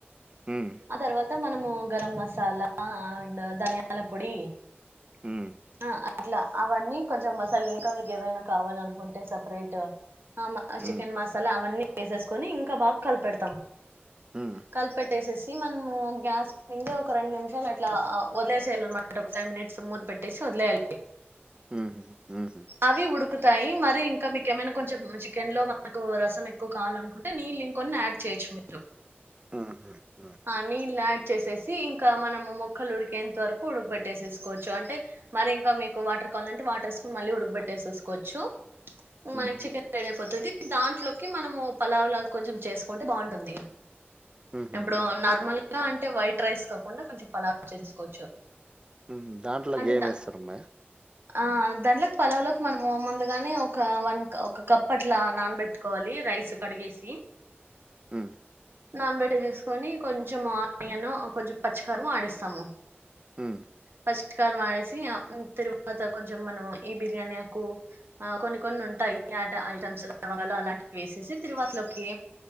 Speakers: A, on the right; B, on the right.
A: హ్మ్. హ్మ్.
B: ఆ తర్వా త మనము గరం మసాలా అండ్ ధనియాల పొడి
A: ఉమ్
B: ఆ అట్లా అవన్నీ కొంచం మాసల్ ఇంకా మీక్ ఏవైనా కావాలనుకుంటే సపరేట్ ఆ మా
A: హ్మ్.
B: చికెన్ మసాలా అవన్నీ వేసేసుకొని ఇంకా బాగా కలపెడుతాం
A: హ్మ్. హ్మ్.
B: కలిపెట్టేసేసి మనము గ్యాస్ కిందే ఒక రెండు నిమిషాలు అట్లా వదిలేసేయాలినమాట ఫైవ్ మినిట్స్ ముత పెట్టేసి వొదిలేయాలి
A: హ్మ్. హ్మ్.
B: అవి ఉడుకు తయి మరి ఇంకా మీక ఏమైనా కొంచెం చికెన్ లో మనకు రసం ఎక్కువ కావాలనుకుంటే నీళ్ళు కొన్ని యాడ్ చేయొచ్చు మీరు
A: ఉహ్మ్ హ్
B: ఆ నీళ్ళు యాడ్ చేసేసి ఇంకా మనము ముక్కలు ఉడికేంత వరకు ఉడక పెట్టేసేసుకోవచ్చు అంటే మరి ఇంకా మీకు వాటర్ కావల్ అంటే వాటర్ యేసు కొని మల్లి ఉడగుబెట్టేసెసుకోవచ్చు
A: హుహు. హ్మ్.
B: మనకి చికెన్ రెడీ అయిపోతది దాంట్లోకి మనము పలావ్ లాగా కొంచెం చేసుకుంటే బాగుంటుంది
A: హుహు.
B: ఇప్పుడు
A: హుహుహు.
B: నార్మల్ అలా అంటే వైట్ రైస్ కాకుండా కొంచం పలావు చేసేసుకోవచ్చు
A: ఉహ్మ్ దాంట్లోకేమేస్తారమ్మే
B: అంటే దా ఆ దాంట్లోకి పలవులోకి మనము ముందుగానే ఒక వన్ కా ఒక కప్ అట్ల నానబట్టుకోవాలి రైస్ కడిగెస్
A: హ్మ్.
B: నాన్ పెట్టెసేసుకొని కొంచెం ఆనియన్ కొంచెం పచ్చికారము ఆడిస్తాము
A: ఉమ్
B: పచ్చికారం ఆసి ఆ తరువాత కొంచెం మనం ఈ బిర్యానీ ఆకు ఆ కొన్ని కొన్ని ఉం ఉంటా <inaudible> లవంగలు అలాంటివి వేసేసి తిరువాతిలోకి